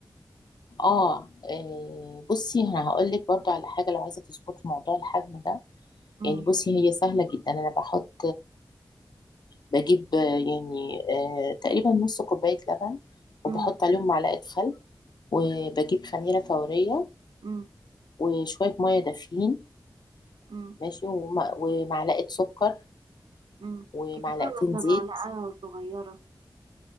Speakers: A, on the left; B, on the right.
A: اه إيه، بصي انا هقول لك برضو على حاجه لو عايزه تظبطي موضوع الحجم ده
B: امم
A: يعني بصي هي سهلة جدا أنا بحط بجيب يعني آه، تقريبا نص كوباية لبن وبحط
B: امم
A: عليهم معلقة خل وبجيب خميرة فورية
B: امم
A: وشوية مية دافيين
B: امم
A: ماشي وم- ومعلقة سكر
B: أمم.
A: ومعلقتين
B: كبيرة ولا
A: زيت
B: معلقة صغيرة